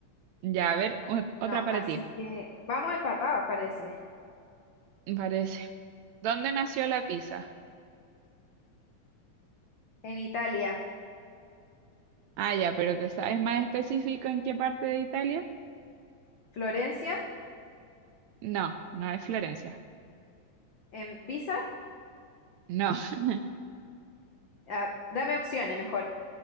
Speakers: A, on the right (about 80°); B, on the left (about 90°).
A: Ya, a ver, ot-
B: no,
A: otra para
B: así
A: ti,
B: que vamos empatados, parece.
A: me parece. ¿Dónde nació la pizza?
B: En Italia,
A: Ah, ya, pero ¿te sabes más específico en qué parte de Italia?
B: Florencia,
A: No, no es Florencia.
B: en Pisa,
A: No. <laughs>
B: ah, dame opciones mejor.